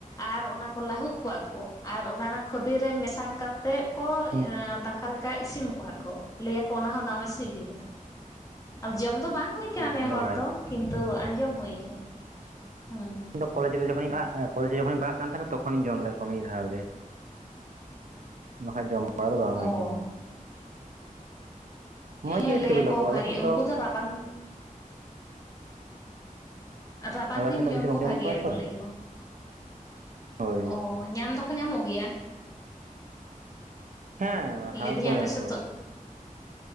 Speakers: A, on the left; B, on the right.
A: ᱟᱨ ᱚᱱᱟᱠᱚ ᱞᱟᱦᱩᱫ ᱠᱚᱣᱟ ᱠᱚ ᱟᱨ ᱚᱱᱟ ᱚᱱᱟ ᱠᱷᱚᱫᱮ ᱨᱮ ᱢᱮᱥᱟ ᱠᱟᱛᱮᱜ ᱠᱚ
B: ᱦᱩᱸ
A: ᱫᱟᱠᱟ ᱞᱮᱠᱟ ᱤᱥᱤᱱ ᱠᱚᱣᱟ ᱠᱚ ᱞᱟᱹᱭᱟᱠᱚ ᱚᱱᱟ ᱦᱚᱸ ᱫᱟᱢᱮ ᱥᱤᱵᱤᱞᱟ ᱾ ᱟᱨ ᱡᱚᱢ ᱫᱚ ᱵᱟᱝ ᱦᱩᱭ ᱟᱠᱟᱱᱟ
B: ᱚᱱᱟ
A: ᱱᱮ ᱦᱚᱲ
B: ᱵᱟᱲᱟᱭ
A: ᱫᱚ
B: ᱵᱟᱹᱱᱩᱜᱼᱟ
A: ᱠᱤᱱᱛᱩ ᱟᱸᱡᱚᱢ ᱦᱩᱭ ᱟᱠᱟᱱᱟ ᱾ ᱦᱩᱸᱢ
B: ᱤᱧ ᱠᱚᱞᱮᱡᱽ ᱨᱮ ᱡᱚᱠᱷᱚᱱᱤᱧ ᱯᱟᱲᱦᱟᱜ ᱠᱚᱞᱮᱡᱽ ᱨᱮ ᱡᱟᱠᱷᱚᱱᱤᱧ ᱯᱟᱲᱦᱟᱜ ᱠᱟᱱ ᱛᱟᱸᱦᱮᱱᱟ ᱛᱚᱠᱷᱚᱱᱤᱧ ᱡᱚᱢ ᱞᱮᱫ- ᱠᱚ ᱢᱤᱫ ᱫᱷᱟᱣ ᱜᱮ ᱵᱟᱠᱷᱟᱡ ᱡᱚᱢ ᱵᱟᱲᱟ ᱫᱚ ᱵᱟᱝ
A: ᱚ
B: ᱦᱩᱭ ᱠᱟᱱᱟ ᱾ ᱢᱚᱸᱡᱽ
A: ᱦᱮᱸ,
B: ᱜᱮ
A: ᱞᱟᱹᱭ
B: ᱥᱤᱵᱤᱞᱟ
A: ᱟᱠᱚ
B: ᱠᱚ
A: ᱵᱷᱟᱜᱮ
B: ᱟᱞᱮ ᱥᱮᱱ
A: ᱩᱝᱠᱩ ᱫᱚ ᱨᱟᱵᱟᱝ ᱨᱟᱵᱟᱝ
B: ᱟᱞᱮ
A: ᱫᱤᱱ
B: ᱥᱮᱱ ᱫᱚ
A: ᱡᱚᱢ
B: ᱵᱮᱥᱤ ᱵᱟᱝ
A: ᱠᱚ ᱵᱷᱟᱜᱮᱭᱟ
B: ᱠᱚᱣᱟ ᱛᱚ
A: ᱠᱚ ᱞᱟᱹᱭ ᱟᱠᱚ ᱾
B: ᱦᱳᱭ
A: ᱚ ᱧᱟᱢ ᱫᱚᱠᱚ ᱧᱟᱢᱚᱜ ᱜᱮᱭᱟ ᱾
B: ᱦᱮᱸ ᱦᱟᱣ
A: ᱞᱟᱹᱭ ᱫᱤᱧ
B: ᱢᱮᱱᱟᱜ
A: ᱟᱯᱮ ᱥᱮᱫ
B: ᱠᱚᱣᱟ
A: ᱫᱚ